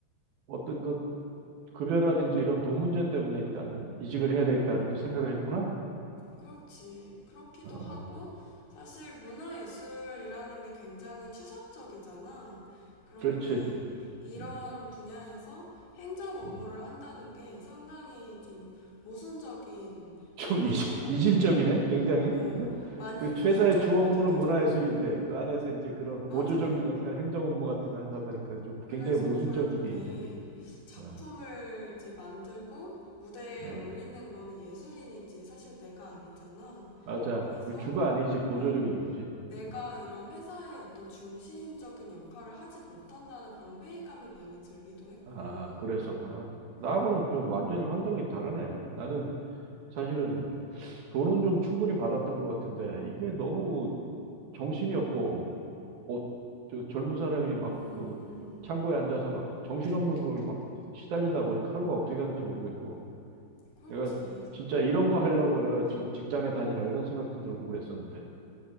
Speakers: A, on the right (about 60°); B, on the left (about 55°).
A: 어떤 그 급여라든지 이런 돈 문제 때문에 일단 이직을 해야 되겠다 그렇게 생각을 했구나.
B: 그렇지. 그렇기도
A: 어,
B: 하고, 사실 문화예술이라는 게 굉장히 추상적이잖아. 그런데
A: 그렇지.
B: 이런
A: 음,
B: 분야에서 행정 업무를
A: 음.
B: 한다는 게 상당히 좀 모순적인
A: 좀
B: 면이
A: 이질,
B: 많이,
A: 이질적이네, 굉장히.
B: 어, 많이
A: 그
B: 모순적으로
A: 회사의 주 업무는
B: 느껴졌고,
A: 문화예술인데 그 안에서 이제 그런
B: 맞아.
A: 보조적인 역할, 행정 업무 같은 거 하다 보니까 좀
B: 그래서
A: 굉장히 모순적인
B: 결국엔
A: 게 있네.
B: 작품을
A: 어,
B: 이제 만들고 무대에
A: 어.
B: 올리는 거는 예술인이지 사실 내가 아니잖아.
A: 맞아.
B: 그래서
A: 그 주가 아니지
B: 뭔가
A: 보조적인 거지.
B: 내가
A: 음.
B: 이런 회사의 어떤 중심적인 역할을 하지 못한다는 그런 회의감이 많이 들기도 했고,
A: 아, 그랬었구나. 나하고는
B: 음,
A: 좀 완전히 환경이 다르네. 나는 사실은 돈은 좀 충분히 받았던 것 같은데 이게 너무 정신이 없고 어, 저 젊은 사람이 막
B: 음,
A: 그 창고에 앉아서 막 정신없는 걸 막 시달리다 보니까 하루가 어떻게 갔는지 모르겠고
B: 그렇지.
A: 내가 진짜 이런 거 하려고 내가 지금 직장에 다니라 이런 생각도 들고 그랬었는데